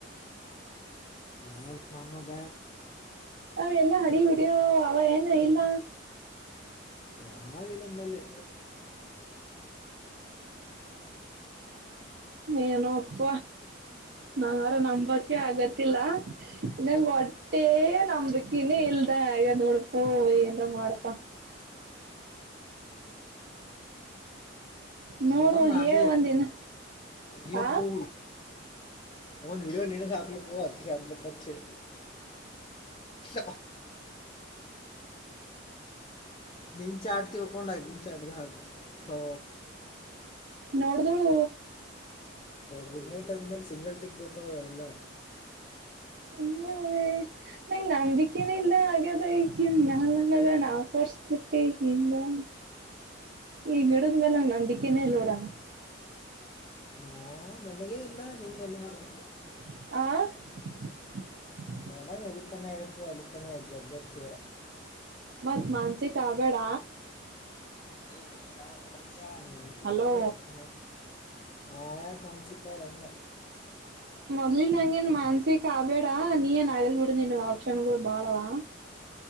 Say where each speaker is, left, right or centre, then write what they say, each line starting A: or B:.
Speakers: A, on the left (about 25°); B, on the right (about 55°).
A: ಯಾವ ಮಾಮಾಪ
B: ಅವ ಎಲ್ಲಾ ಹಳೇ ವಿಡಿಯೋ ಅವ ಏನು ಇಲ್ಲ
A: ಆ ವಲಂಬಲ್ಲಿ.
B: ಏನೋ ಅಪ್ಪ. ನಂಗಾರ ನಂಬಕೆ ಆಗತ್ತಿಲ್ಲ ಇಂಗ ಹೊಟ್ಟೆ ನಂಬಿಕನೇ ಇಲ್ಲ. ಇಲ್ದ ಈಗ ನೋಡಪ ಏನ್ರ ಮಾಡಪ. ನೋಡುವ
A: ನೋಡ ನಭ
B: ಹೇಳ ಒಂದಿನ
A: ಇ
B: ಆ
A: ಪ ಒಂದು ವಿಡಿಯ ನೀ ಸಾ. ನಗ ಅದಗದ ಪಕ್ಷೆ. ಸ ನೀನ್ ಚಾಟ್ ತಿಳ್ಕೊಂಡ್ ಹಾಕನ್ ಚಾಟ್ದ ಹಾಕು ತೂ.
B: ನೋಡ್ದಳು.
A: ಗುಡ್ ನೈಟ್ ಅಂದ್ಮೇಲೆ ಸಿಂಗಲ್ ಟಿಕ್ ಬತಾವ ಎಲ್ಲ.
B: ಹ ಅದೇ ನಂಗಗೆ ನಂಬಿಕೆನ ಇಲ್ಲ ಹಾಗದ ಈ ನಂಗದ ನಾ ಕೋರ್ಸ್ಬಿಟ್ಟಿ. ಹಗ ಈ ಹಿಡದ ಮೇಲೆಂಗ ನಂಬಕ್ಕನೇ ನೋಡೋಣ.
A: ಹಾ ನನಗೇ ಇಲ್ಲ ನಿಂಗೆ ಎಲ್ಲಿಂದ.
B: ಆ
A: ನೋಡ ವಲ ತಣ ಎಳ ವಲತ್ತಣ್ಣ ಜಗ್ಗ ತೀರ.
B: ಮತ್ ಮಾನ್ಸಿಕ ಆಗ್ ಬೇಡ.
A: <unintelligible>
B: ಹಲೋ
A: ರಪ್ಪ ನ ಆ ವಂಚಿಕಾ ರಧ.
B: ಮೊದ್ಲಿನ್ ನಂಗೇನ್ ಮಾನ್ಸಕ್ ಆಬೇಡ ನೀ ಏನ್ ಆಗಲ್ ಬಿಡು ನೀನ್ ಆಪ್ಷನ್ ಗೋ ಬಾಳವಾ